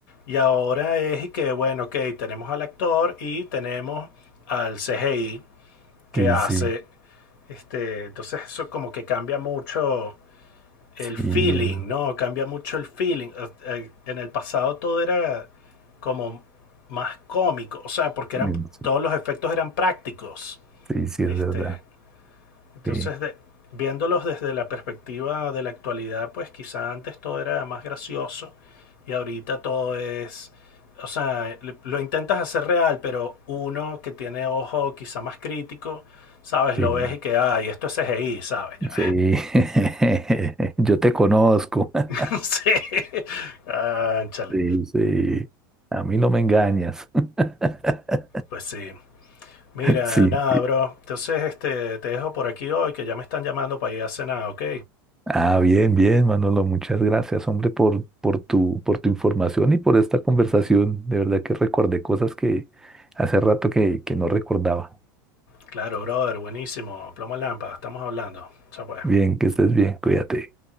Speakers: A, on the left; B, in the centre.
A: Y ahora es y que, bueno, ok, tenemos al actor y tenemos al CGI que
B: sí,
A: hace,
B: sí,
A: este, entonces eso como que cambia mucho el
B: sí,
A: feeling,
B: es-
A: ¿no? Cambia mucho el feeling. Eh, eh, En el pasado todo era como más cómico, o sea, porque eran
B: mm, sí,
A: todos los efectos eran prácticos.
B: sí, sí, es
A: Este,
B: verdad.
A: entonces
B: Sí,
A: de, viéndolos desde la perspectiva de la actualidad, pues quizá antes todo era más gracioso y ahorita todo es o sea, lo intentas hacer real, pero uno que tiene ojo quizá más crítico, ¿sabes?
B: sí,
A: Lo ves y que, ay, esto es CGI, ¿sabes? Ya.
B: sí. <laughs> Yo te conozco. <laughs>
A: <laughs> sí, ánchale
B: Sí, sí. A mí no me engañas. <laughs>
A: Pues sí. Mira,
B: Sí,
A: nada,
B: sí.
A: bro. Entonces, este, te dejo por aquí hoy, que ya me están llamando para ir a cenar, ¿ok?
B: Ah, bien, bien, Manolo. Muchas gracias, hombre, por, por tu, por tu información y por esta conversación. De verdad que recordé cosas que hace rato que, que no recordaba.
A: Claro, brother, buenísimo. Ploma lámpara, estamos hablando. Chao, pues.
B: Bien, que estés bien. Cuídate.